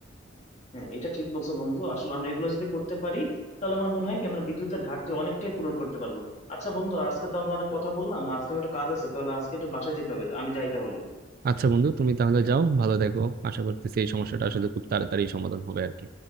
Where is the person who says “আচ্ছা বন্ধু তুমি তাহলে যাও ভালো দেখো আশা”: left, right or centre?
Right